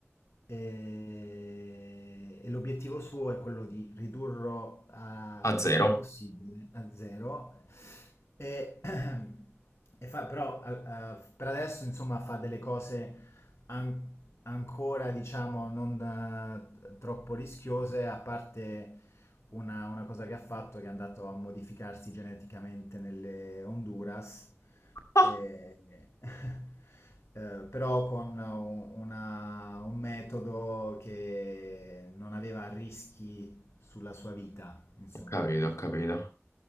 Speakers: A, on the left; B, on the left.
A: e, e l'obiettivo suo è quello di ridurlo a-
B: a
A: al
B: zero.
A: più possibile a zero e, <clears throat> e fa però al- a- per adesso insomma fa delle cose an- ancora diciamo non eh, troppo rischiose a parte una, una cosa che ha fatto che è andato a modificarsi geneticamente nelle Honduras
B: Ah,
A: eh, <laughs> eh, però con un- una, un metodo che non aveva rischi sulla sua vita, insomma.
B: ho capito, ho capito.